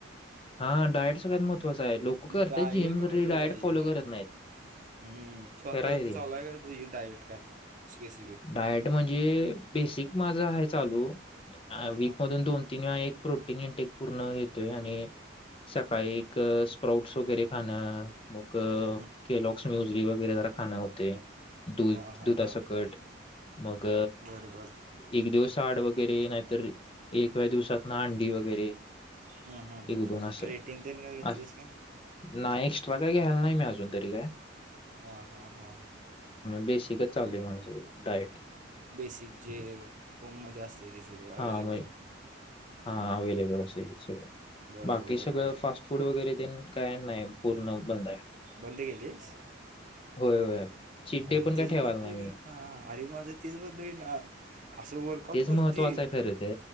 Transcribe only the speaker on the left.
हा डाएट सगळ्यात महत्त्वाचा आहे लोक करतात
जिम
डाएट
फॉलो
करत नाहीत
खरं आहे ते
डायट म्हणजे बेसिक माझा आहे चालू
वीक मधून दोन, तीन, वेळा एक प्रोटीन इंटेक पूर्ण घेतोय आणि सकाळी स्प्राउट्स वगैरे खाणं, मग
केलॉक्स्य म्यु री वगैरे जरा खाणं होतय,
दूध दुधाासकट
मग
एक दिवस थाड वगैरे, नाहीतर एकव्या दिवसात ना अंडी वगैरे
एक
दोन असं
असं.
नाही एक्स्ट्रा काय घ्यायला नाही, मी अजून तरी काय
बेसिकच चाललय माझं डाईट
हा
म हा अवेलेबल असेल सगळं
बाकी सगळं
फास्ट फूड वगैरे ते काय नाही पूर्ण बंद आहे
होय, चीट डे
पण काय
ठेवायला
नाही
मी
तेच
महत्त्वाचं आहे खरं ते